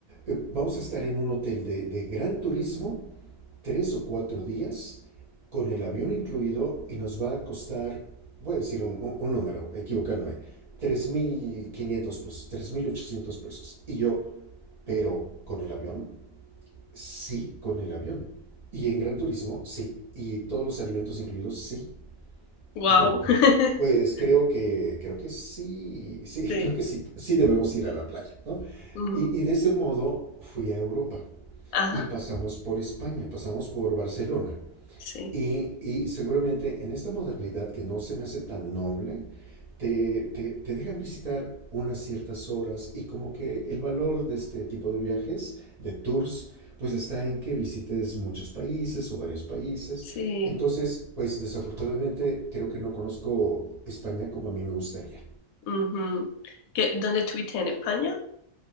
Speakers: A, on the right (about 40°); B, on the left (about 85°).
A: Eh, Vamos a estar en un hotel de, de gran turismo, tres o cuatro días, con el avión incluido, y nos va a costar, voy a decir un, un- un número, equivocándome, 3.500 pesos, 3.800 pesos. Y yo, pero con el avión, sí, con el avión. Y en gran turismo, sí. Y todos los alimentos incluidos, sí.
B: Wow.
A: Híjole, pues,
B: <laughs>
A: pues creo que, creo que sí, sí, <laughs>
B: Sí.
A: creo que sí, sí debemos ir a la playa, ¿no?
B: ujú,
A: Y, y de ese modo fui a Europa
B: Ajá.
A: y pasamos por España, pasamos por Barcelona.
B: Sí.
A: Y, y seguramente en esta modalidad que no se me hace tan noble, te, te- te dejan visitar unas ciertas horas y como que el valor de este tipo de viajes, de tours, pues está en que visites muchos países o varios países.
B: Sí.
A: Entonces, pues desafortunadamente creo que no conozco España como a mí me gustaría.
B: ujú. ¿Qué- ¿Dónde estuviste? ¿En España?